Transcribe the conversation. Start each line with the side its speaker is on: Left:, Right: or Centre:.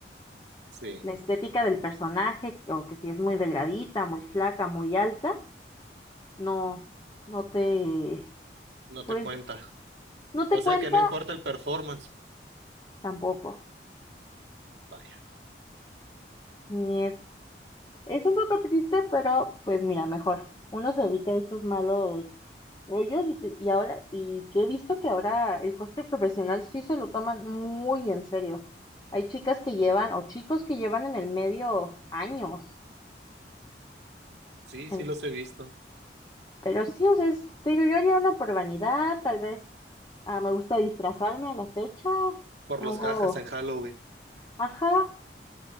Right: sí,
Left: la estética del personaje, que- o que si es muy delgadita, muy flaca, muy alta, no, no te,
Right: no
Left: pues,
Right: te cuenta.
Left: no te
Right: O
Left: cuenta
Right: sea que no importa el performance.
Left: tampoco.
Right: Vaya.
Left: Y es, es un poco triste, pero pues mira, mejor. Uno se evita esos malos Rollos y, te- y ahora, y que he visto que ahora el cosplay profesional sí se lo toman muy en serio. Hay chicas que llevan, o chicos que llevan en el medio años.
Right: Sí, sí
Left: en-
Right: los he visto.
Left: pero sí, o sea, es- te digo, yo haría uno por vanidad, tal vez ah, me gusta disfrazarme a la fecha.
Right: Por
Left: Hago,
Right: los jajas en Halloween.
Left: ajá,